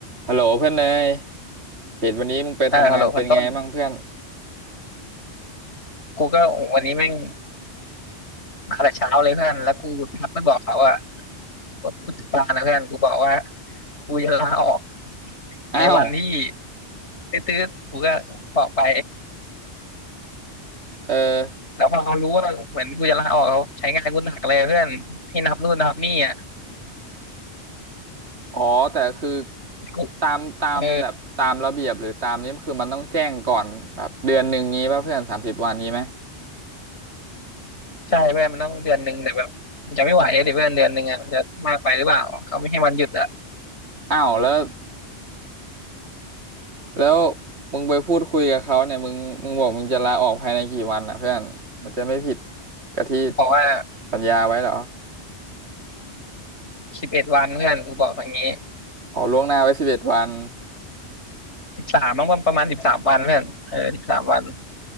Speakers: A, on the right; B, on the left.
A: ฮัลโหลเพื่อนเลยเห็นวันนี้มึงไปทำงานเป็นไงบ้างเพื่อน
B: อ่าฮัลโหลพันต้นกูก็วันนี้แม่งมาแต่เช้าเลยเพื่อนแล้วกูทักไปบอกเขาว่าผู้จัดการนะเพื่อนกูบอกว่ากูจะลาออก
A: อ้าว
B: ในวันที่ตื้อๆกูก็บอกไป
A: เออ
B: แล้วพอเขารู้ว่าเหมือนกูจะลาออกเขาใช้งานกูหนักเลยเพื่อนให้นับนู่นนับนี่อะ
A: อ๋อแต่คือ
B: กู
A: ตามตามแบบตามระเบียบหรือตามนี้คือมันต้องแจ้งก่อนแบบเดือนหนึ่งงี้ป่ะเพื่อนสามสิบวันนี้ไหม
B: เออใช่เพื่อนมันต้องเดือนหนึ่งแต่แบบมันจะไม่ไหวเลยเดี๋ยวเพื่อนเดือนหนึ่งอะมันจะมากไปหรือเปล่าเขาไม่ให้วันหยุดอะ
A: อ้าวแล้วแล้วมึงไปพูดคุยกับเขาเนี่ยมึงมึงบอกมึงจะลาออกภายในกี่วันนะเพื่อนมันจะไม่ผิดกับที่
B: บอกว่า
A: สัญญาไว้เหรอ
B: สิบเอ็ดวันเพื่อนกูบอกอย่างนี้
A: อ๋อล่วงหน้าไว้สิบเอ็ดวัน
B: สิบสามมั้งประมาณสิบสามวันเพื่อนเออสิบสามวัน